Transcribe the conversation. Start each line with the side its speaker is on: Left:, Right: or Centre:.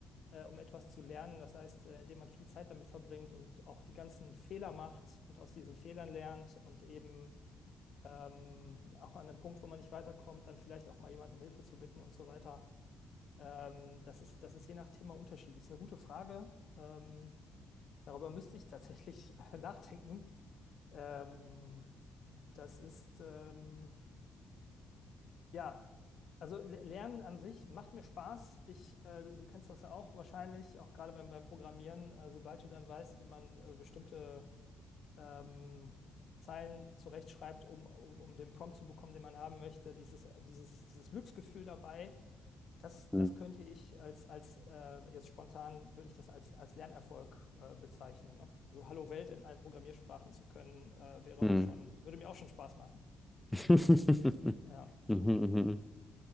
Left: äh, um etwas zu lernen. Das heißt, äh, indem man viel Zeit damit verbringt und auch die ganzen Fehler macht und aus diesen Fehlern lernt und eben ähm, auch an einem Punkt, wo man nicht weiterkommt, dann vielleicht auch mal jemanden um Hilfe zu bitten und so weiter. Ähm, das ist, das ist je nach Thema unterschiedlich. Ist eine gute Frage. Ähm, darüber müsste ich tatsächlich <laughs> nachdenken. Ähm, das ist, ähm, Ja, also Le- Lernen an sich macht mir Spaß. Ich, äh, du, du kennst das ja auch wahrscheinlich, auch gerade beim, beim Programmieren. Äh, sobald du dann weißt, wie man äh, bestimmte ähm, Zeilen zurechtschreibt, um, um, um den Prompt zu bekommen, den man haben möchte, dieses, dieses, dieses Glücksgefühl dabei, das,
Centre: Hm.
Left: das könnte ich als, als äh, jetzt spontan, würde ich das als, als Lernerfolg äh, bezeichnen. Ne? Also Hallo Welt in allen Programmiersprachen zu können, äh, wäre
Centre: Hm.
Left: auch schon, würde mir auch schon Spaß machen.
Centre: <laughs>
Left: Ja.
Centre: Mhm, mhm.